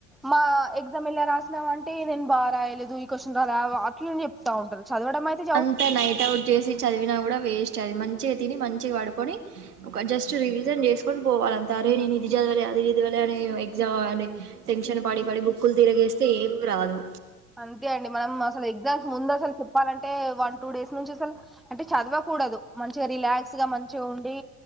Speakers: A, in the centre; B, on the right.
A: మా ఎగ్జామ్ ఎల్లా రాస్ నాంటే నేను బాగా రాయలేదు ఈ క్వశ్చన్ రాలే ఆ అట్లనే చేప్తా ఉంటారు చదవడమైతే
B: అంతా నైట్ అవుట్ చేసి చదివినా కూడా వేస్ట్ అది మంచిగా తిని మంచి మంచిగా పడుకొని ఒక జస్ట్ రివిజన్ చేసుకొని పోవాలంతే అరే నేను ఇది చదివలే అది చదవాలే అని ఎగ్జామ్ దవలే టెన్షన్ పడి పడి బుకులు తిరిగేస్తే ఏమ్మ్ రాదు
A: అంతేండి మనం అసలు ఎగ్జామ్స్ ముందాసల్ చెప్పాలంటే వన్ టూ డేస్ నుంచి అసలు అంటే చదవకూడదు మంచిగా రిలాక్స్గా మంచిగుండి